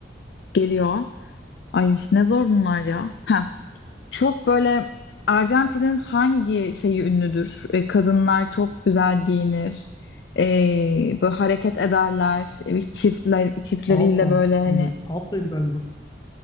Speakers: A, on the left; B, on the left.
A: geliyor. Ay ne zor bunlar ya. Heh. Çok böyle Arjantin'in hangi şeyi ünlüdür? E, kadınlar çok güzel giyinir. E, böyle hareket ederler. E, çiftler, çiftleriyle
B: Alfa
A: böyle hani
B: mıydı? Salsaydı galiba.